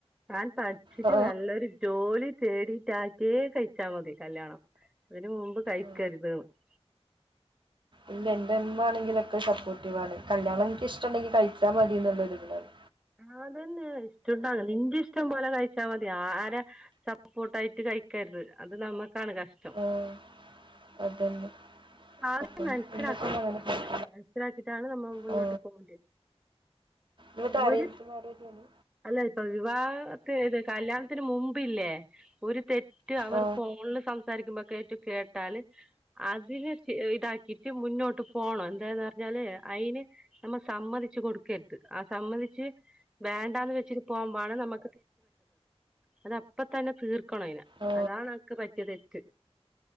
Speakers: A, in the centre; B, on the right (about 50°).
A: ഞാൻ പഠിച്ചിട്ട്
B: ആ,
A: നല്ലൊരു ജോലി വേടിച്ചിട്ടെ കഴിച്ചാ മതി കല്യാണം അതിന് മുമ്പ് കഴിക്കരുതന്ന്
B: ആ.
A: <inaudible>
B: ഇല്ല എന്റെ ഉമ്മ ആണെങ്കിലൊക്കെ സപ്പോർട്ടീവാണ് കല്യാണം എനിക്ക് ഇഷ്ടം ഉണ്ടെങ്കിൽ കഴിച്ചാൽ മതിയെന്നുള്ള ഒരിതിലാണ്
A: ആ അതന്നെയ ഇഷ്ടുണ്ടാ നിന്റെ ഇഷ്ടം പോലെ കഴിക്ക് ച്ചാൽ മതി ആരെ സപ്പോർട്ട ആയിട്ട് കഴിക്കരുത് അത് നമ്മുക്കാണ് കഷ്ടം <inaudible>
B: ആ. അതന്നെ
A: ആദ്യം
B: അപ്പം
A: മനസ്സിലാക്കണം
B: ഇന്നൊക്കെ അങ്ങനെ പോയി.
A: അവരെ മനസിലാക്കി ഇതാണ് നമ്മ മുന്നോട്ട്
B: ആ
A: പോകേണ്ടത്
B: ഇവത് അറേഞ്ച്
A: ഒരു
B: മാരേജ് ആണ്
A: അല്ല ഇപ്പൊ വിവാഹത്തിത് കല്യാണത്തിന് മുമ്പ് ല്ലേ ഒരു തെറ്റ് അവർ
B: ആ
A: ഫോണിൽ സംസാരിക്കുമ്പോക്കെ കേട്ടാല് അ അതിനെ ഇതാക്കിട്ട് മുന്നോട്ട് പോണം എന്താെന്ന് പറഞ്ഞാല് അതിന് നമ്മൾ സമ്മതിച്ചു കൊടുക്ക രുത് ആ സംബന്ധിച്ച് വേണ്ടാന്ന് വെച്ചിട്ട് പോകുമ്പാണ് അത് അപ്പ തന്നെ തീർക്കണം. അതിനെ
B: ആ
A: അതാണ് എനിക്ക് പറ്റിയ തെറ്റ്.